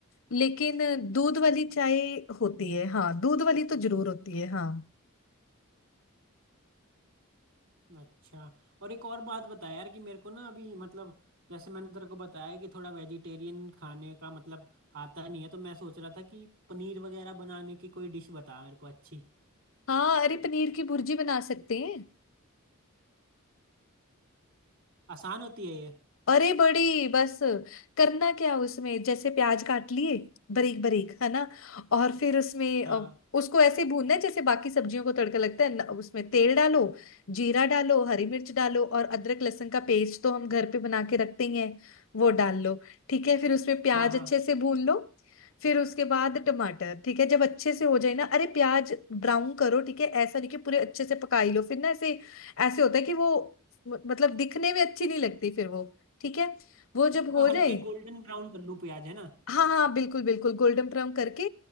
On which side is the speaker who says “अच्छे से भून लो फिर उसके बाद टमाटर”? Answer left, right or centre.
Left